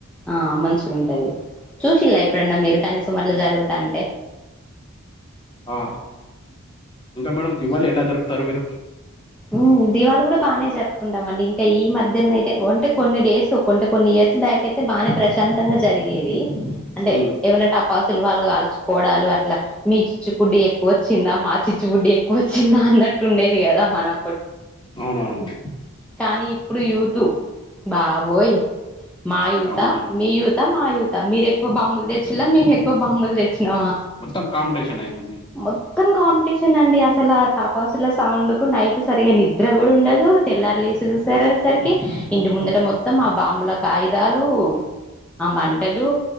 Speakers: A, in the centre; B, on the left.
A: ఆ మంచిగుంటది చూసిల్లా ఎప్పుడన్నా మీరు కనీసం అట్లా జరుగుతాంటే
B: ఆ ఇంకా మేడం దీవళి ఎలా జరుపుతారు మీరు
A: ఉమ్మ్ దీవళి కూడా బానే జరుపుకుంటాం అండి ఇంకా ఈ మధ్యాల్నే అయితే ఓంటే కొన్ని డేస్ కొంటే కొన్ని ఇయర్స్ బ్యా క్ అయితే బానే ప్రశాంతంగా జరిగేది అంటే
B: ఉమ్,
A: ఎవళ్ళ టపాసులు వాళ్ళు కాల్చుకోవడాలు అట్లా మీ చిచ్చు బుడ్డి ఎక్కువ వ చ్చిందా మా చిచ్చుబుడ్డి ఎక్కువ వచ్చిందా అన్నట్టు ఉండేది గదా మనం
B: అవునవునవును
A: కానీ ఇప్పుడు యూతు బాబోయ్ మా యూత
B: అవును
A: మీ యు త మా యూతా మీరు ఎక్కువ బాంబులు తెచ్చిళ్ళ మేము ఎక్కువ బాంబులు తెచ్చినామా
B: మొత్తం కాంపిటీషన్ అయితుంది
A: మొత్తం కాంపిటీషన్ అండి అసల టపాసుల సౌండ్ కు నై సరిగా నిద్ర కూడా ఉండదు తెల్లరి లేసి చూసర్ సరికి ఇంటి ముందుట మొత్తం ఆ బాంబుల కాయిదాలు ఆ మంటలు